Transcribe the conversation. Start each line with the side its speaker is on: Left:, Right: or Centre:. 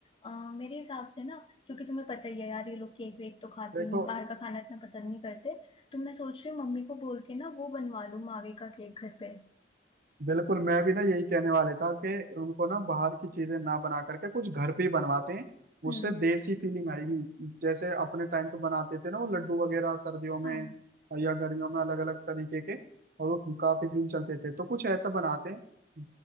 Left: अ, मेरे हिसाब से ना क्योंकि तुम्हें पता ही है यार ये लोग केक वेक तो खाते
Right: देखो
Left: नहीं बाहर का खाना इतना पसंद नहीं करते तो मैं सोच रही हूँ मम्मी को बोल के ना वो बनवा लूँ मावे का केक घर पे
Right: बिल्कुल मैं भी ना यही कहने वाले था कि उनको ना बाहर की चीजें ना बना करके कुछ घर पे ही बनवाते हैं
Left: हम्म
Right: उससे देसी फीलिंग आएगी जैसे अपने टाइम पे बनाते थे ना वो लड्डू वगैरह सर्दियों में
Left: हाँ
Right: या गर्मियों में अलग अलग तरीके के और वो काफी दिन चलते थे तो कुछ ऐसा बनाते हैं अ,